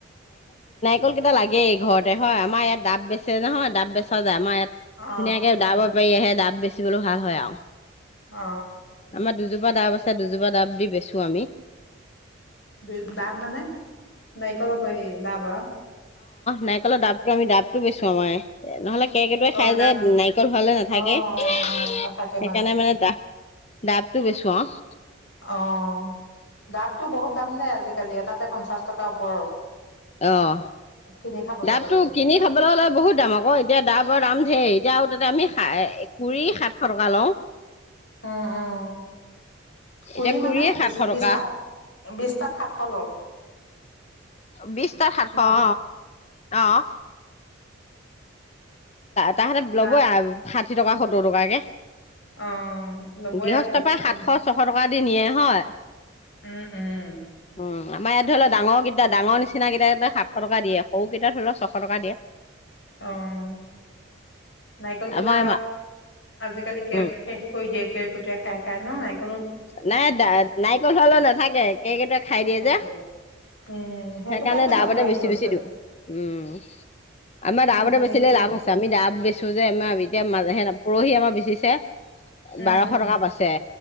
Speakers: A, on the left; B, on the left.
A: কলইটা লাগে ঘৰতে হয় আমাৰ ইয়াত দাব বেচে নহয় দাব বেচা যাই আমাৰ ইয়াত
B: অ
A: ধুনীয়াকে দাব বেপাৰী আহে দাব বেচিবলৈও ভাল হয় আও।
B: অ।
A: আমাৰ দুজো এজোপা দাব আছে, দুজোপা দাব দি বেচোঁ আমি
B: দু দাব মানে? নাৰিকলৰ পা হেই দাব আহ
A: নাইকলৰ দাব আমি ডাবটো বেচোঁ আমাৰ নহ'লে কেৰ্কেটুৱাই
B: অ
A: খাই
B: ডাব
A: যে নাৰিকল হোৱালে নাথাকে।
B: অ অ
A: সেইকাৰণে
B: অ নাথাকে
A: মানে দাব ডাবটো বেচো‍ঁ আহ
B: অহ' ডাবটো বহুত দাম দে আজি লি এটাতে পঞ্চাশ টকা ওপৰৰ।
A: অ'
B: কিনি খাবলৈ
A: দাবটো
B: গ'লে
A: কিনি খাবলৈ হ'লে বহুত দাম আকৌ এতিয়া দাব, দাম ঢেৰ এতিয়া আৰু তাতে আমি, কুৰি সা সৰকা ল
B: উম উম কুৰি
A: এতিয়া কুৰিয়ে
B: মানে
A: সাতশ
B: বিশ
A: টকা
B: বিশটাত, বিশটাত সাতশ ল'।
A: বিশ তাত সাতশ,
B: ন
A: অ' অ'। তাহাঁতে ল'বই
B: দা
A: ষাঠি টকা সত দহ টকাকে,
B: অ' ল'বয়ে
A: গৃহস্থৰ
B: আকৌ
A: পৰা
B: ত।
A: সাতশ ছশ টকা নিয়ে হয়।
B: উম উম।
A: উম আমাৰ ইয়াত ধৰি লওঁ ডাঙৰ কেইটা ডাঙৰ নিচিনাকেইটাক সাতশ টকা দিয়ে। সৰুকেইটা ধৰি লওঁ ছশ টকা দিয়ে।
B: অহ' নাৰিকল কেইটা
A: আমাৰ
B: আজিকালি কে শেষ
A: উম
B: কৰি দিয়ে। কেকোটাই খাই খাই নহ
A: নাই ডা নাৰিকল হোৱালৈ নাথাকে। কেইকোটাই খাই
B: নাথাকেও
A: দিয়ে যে
B: উম সেইটো
A: সেইকাৰণে
B: পৰাইতো
A: ডাবতে
B: দাম বাঢ়ি
A: বেছি
B: গৈছে
A: বেছি দিওঁ উম। আমাৰ দাবতে
B: ভালে
A: বেচিলে
B: কৰিছে
A: লাভ আছে। আমি দাব বেচোঁ যে আমাৰ এতিয়া মাজেহে ন পৰহি আমাৰ বেচিছে
B: উম
A: বাৰশ
B: উম
A: টকা পাইছে।